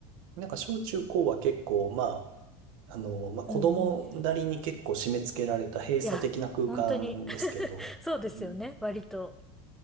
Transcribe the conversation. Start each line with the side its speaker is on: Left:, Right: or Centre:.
Right: なんか小中高は結構、まあ、あの、まあ子供なりに結構締め付けられた閉鎖的な空間ですけど、
Centre: うんうん。いや、本当に <laughs> そうですよね、
Right: うん
Centre: 割と。